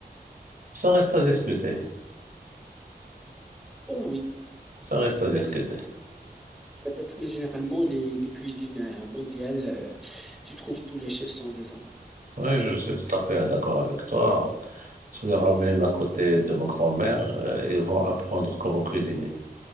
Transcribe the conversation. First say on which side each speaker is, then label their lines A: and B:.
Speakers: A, on the right; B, in the centre.
A: ça reste à discuter.
B: Oh oui,
A: Ça reste
B: peut-être,
A: à discuter.
B: peut-être, mais généralement, les, les cuisines euh, mondiales, euh, tu trouves tous les chefs sont des hommes.
A: Oui, je suis tout à fait d'accord avec toi. Tu les ramènes à côté de ma grand-mère, euh, ils vont apprendre comment cuisiner.